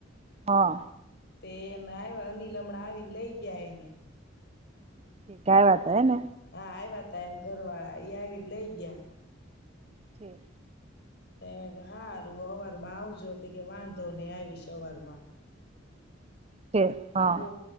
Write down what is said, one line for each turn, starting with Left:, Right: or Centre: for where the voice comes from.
Right: હા.
Left: તેને આવ અનીલ હમણાં આવીને લઈ ગયા એને.
Right: <unintelligible> વાત હ ને.
Left: હા આવ્યા તા એને ઘર વાળા એ આવીને લઈ ગયા.
Right: ઠી.
Left: એમે કે હારું અવારમાં આવજો હતી કે વાંધો નહી આવીશ અવારમાં.
Right: ઠીક
Left: અંબુ.
Right: હા